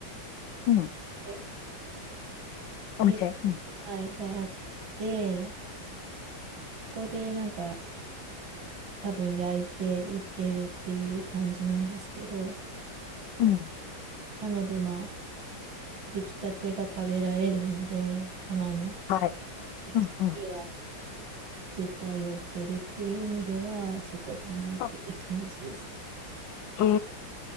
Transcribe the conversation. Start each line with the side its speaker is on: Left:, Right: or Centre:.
Left: うん。
Right: 店で、
Left: お店。うん。
Right: はい、があって、そこで、なんか、多分焼いて売ってるっていう感じなんですけど、
Left: うん。
Right: なので、まあ、出来たてが食べられるので、たまに
Left: はい。
Right: 行くときは
Left: うん、うん。
Right: 絶対寄ってるっていう意味では、そこかなっていう感じです。
Left: あ、へえ。